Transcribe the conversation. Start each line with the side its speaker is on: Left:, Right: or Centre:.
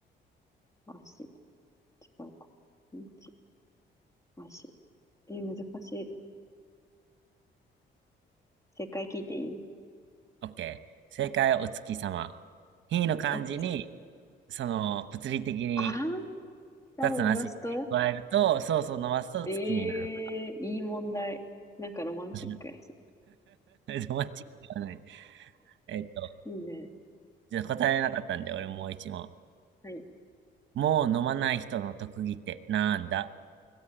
Left: 足、違うか。日、足。え、難しい。正解聞いていい
Right: オッケー。正解はお月様。ひの漢字に、
Left: おっつき。
Right: その、物理的に
Left: あー、下を伸ばすと
Right: 二つの足加えると、そうそう伸ばすと月になる。
Left: ええー、いい問題。なんかロマンチックやし。
Right: <laughs> ロマンチックではない。えっと、
Left: いいね。
Right: じゃあ答えなかったんで、俺もう一問。
Left: はい。
Right: もう飲まない人の特技ってなんだ